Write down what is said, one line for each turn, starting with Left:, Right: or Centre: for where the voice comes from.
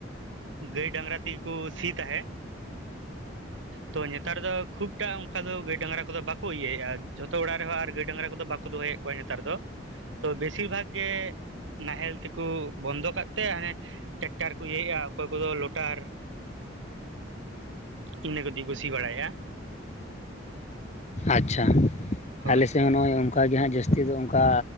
Right: ᱜᱟᱹᱭ ᱰᱟᱝᱨᱟ ᱛᱤ ᱠᱚ ᱥᱤ ᱛᱟᱦᱮᱫ, ᱛᱚ ᱱᱮᱛᱟᱨ ᱫᱚ ᱠᱷᱩᱵ ᱴᱟ ᱚᱱᱠᱟ ᱫᱚ ᱜᱟᱹᱭ ᱰᱟᱝᱨᱟ ᱠᱚᱫᱚ ᱵᱟᱠᱚ ᱤᱭᱟᱹᱭ ᱮᱜᱼᱟ, ᱡᱷᱚᱛᱚ ᱚᱲᱟᱜ ᱨᱮᱦᱚᱸ ᱟᱨ ᱜᱟᱹᱭ ᱰᱟᱝᱨᱟ ᱠᱚᱫᱚ ᱵᱟᱠᱚ ᱫᱚᱦᱚᱭᱮᱫ ᱠᱚᱣᱟ ᱱᱮᱛᱟᱨ ᱫᱚ, ᱛᱚ ᱵᱮᱥᱤᱨ ᱵᱷᱟᱜᱽ ᱜᱮ ᱱᱟᱦᱮᱞ ᱛᱮᱠᱚ ᱵᱚᱱᱫᱚ ᱠᱟᱜ ᱛᱮ ᱦᱟᱱᱮ ᱴᱮᱠᱴᱟᱨ ᱠᱚ ᱤᱭᱟᱹᱭᱮᱜᱼᱟ, ᱚᱠᱚᱭ ᱠᱚᱫᱚ ᱞᱚᱴᱟᱨ, ᱤᱱᱟᱹ ᱠᱚᱫᱚ ᱛᱮᱠᱚ ᱥᱤ ᱵᱟᱲᱟᱭᱟ ᱾
Left: ᱟᱪᱪᱷᱟ,
Right: ᱦᱳᱭ
Left: ᱟᱞᱮ ᱥᱮᱫ ᱦᱚᱸ ᱱᱚᱜᱼᱚᱭ ᱚᱱᱠᱟ ᱜᱮ ᱦᱟᱸᱜ ᱡᱟᱹᱥᱛᱤ ᱫᱚ ᱚᱱᱠᱟ